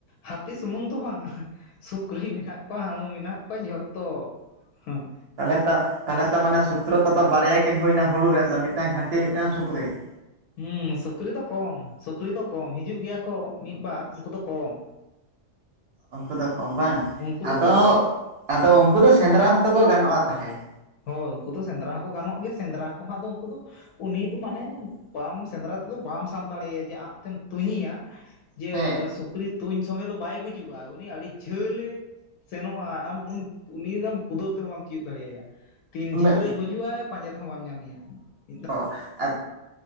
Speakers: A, on the left (about 70°); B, on the right (about 55°).
A: ᱦᱟᱹᱛᱤ ᱥᱩᱢᱩᱝ ᱫᱚ ᱵᱟᱝᱟ ᱾ ᱥᱩᱠᱨᱤ ᱢᱮᱱᱟᱜ ᱠᱚᱣᱟ ᱦᱟ. ᱬᱩ ᱢᱮᱱᱟᱜ ᱠᱚᱣᱟ ᱡᱷᱚᱛᱚ ᱾ ᱦᱮᱸᱼᱼ
B: ᱛᱟᱦᱚᱞᱮ ᱛᱚ, ᱛᱟᱦᱞᱮ ᱛᱚ ᱢᱟᱱᱮ ᱥᱩᱛᱨᱚᱛᱟ ᱫᱚ ᱵᱟᱨᱭᱟ ᱠᱤᱱ ᱦᱩᱭᱱᱟ ᱦᱩᱲᱩ ᱨᱮᱱ ᱫᱚ ᱢᱤᱫᱴᱟᱝ ᱦᱟᱹᱛᱤ, ᱢᱤᱫᱴᱟᱝ ᱥᱩᱠᱨᱤ ᱾
A: ᱦᱩᱸ ᱥᱩᱠᱨᱤ ᱫᱚ ᱠᱚᱢ, ᱥᱩᱠᱨᱤ ᱫᱚ ᱠᱚᱢ, ᱦᱤᱡᱩᱜ ᱜᱮᱭᱟ ᱠᱚ ᱢᱤᱫ ᱵᱟᱨ ᱩᱱᱠᱩ ᱫᱚ ᱠᱚᱢ ᱾
B: ᱩᱱᱠᱩ ᱫᱚ ᱠᱚ ᱵᱟᱝ
A: ᱩᱱᱠᱩ ᱫᱚ
B: ᱟᱫᱚ,
A: ᱠᱚᱢ
B: ᱟᱫᱚ ᱩᱱᱠᱩ ᱫᱚ ᱥᱮᱸᱫᱽᱨᱟ ᱦᱚᱸᱛᱚ ᱠᱚ ᱜᱟᱱᱚᱜᱼᱟ ᱛᱟᱦᱚᱞᱮ ᱾
A: ᱦᱳᱭ ᱩᱱᱠᱩ ᱫᱚ ᱥᱮᱸᱫᱽᱨᱟ ᱦᱚᱸᱠᱚ ᱜᱟᱱᱚᱜ ᱜᱮᱭᱟ, ᱥᱮᱸᱫᱽᱨᱟ ᱠᱚᱸᱦᱚ ᱟᱫᱚ ᱩᱱᱠᱩ ᱫᱚ ᱩᱱᱤ ᱫᱚ ᱢᱟᱱᱮ, ᱵᱟᱢ ᱥᱮᱸᱫᱽᱨᱟ ᱛᱮᱫᱚ ᱵᱟᱢ ᱥᱟᱵ ᱫᱟᱲᱮᱭᱟᱭᱟ ᱡᱮ ᱟᱸᱜ ᱛᱮᱢ ᱛᱩᱧᱤᱭᱟ ᱡᱮ
B: ᱦᱮᱸ
A: ᱥᱩᱠᱨᱤ ᱛᱩᱧ ᱥᱚᱸᱜᱮ ᱫᱚ ᱵᱟᱭ ᱜᱩᱡᱩᱜᱼᱟ, ᱩᱱᱤ ᱟᱹᱰᱤ ᱡᱷᱟᱹᱞᱮ ᱥᱮᱱᱚᱜᱼᱟ, ᱟᱢ ᱩᱱᱤ, ᱩᱱᱤ ᱫᱚᱢ ᱠᱩᱫᱟᱹᱣ ᱛᱮᱦᱚᱸ ᱵᱟᱢ ᱛᱤᱭᱩᱜ ᱫᱟᱲᱮᱭᱟᱭᱟ ᱾ ᱛᱤᱱ
B: ᱩᱱᱟᱹᱜ
A: ᱡᱷᱟᱹᱞ ᱨᱮ ᱜᱩᱡᱩᱜ ᱟᱭ ᱯᱟᱸᱡᱟ ᱛᱮ ᱦᱚᱸ ᱵᱟᱢ ᱧᱟᱢᱮᱭᱟ ᱾
B: ᱚ ᱟᱨ